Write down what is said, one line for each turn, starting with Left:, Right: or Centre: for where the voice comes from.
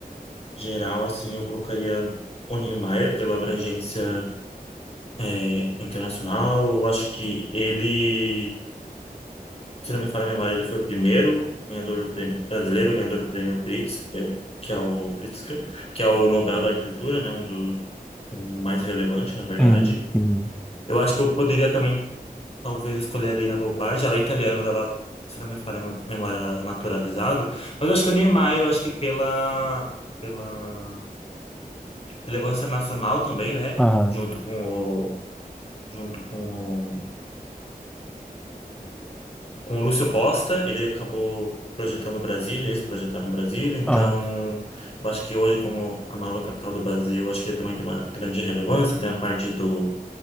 Left: geral, assim, eu colocaria o Niemeyer pela abrangência é, internacional. Eu acho que ele, se não me falha a memória, ele foi o primeiro ganhador do prêmio, brasileiro ganhador do prêmio Pritzker, que é o Pritzker, que é o Nobel da Arquitetura, né? Um dos um mais relevante, na verdade.
Centre: Uhum, uhum.
Left: Eu acho que eu poderia também talvez escolher a Lina Bobardi. Ela é italiana, mas ela, se não me falha a memória, ela é naturalizada. Mas eu acho que o Niemeyer, eu acho que pela, pela relevância nacional também, né?
Centre: Aham,
Left: Junto com o, junto com o, com o Lúcio Costa, ele acabou projetando Brasília, eles projetaram Brasília. Então,
Centre: aham,
Left: eu acho que hoje, como a nova capital do Brasil, eu acho que ele também tem uma grande relevância. Tem a parte do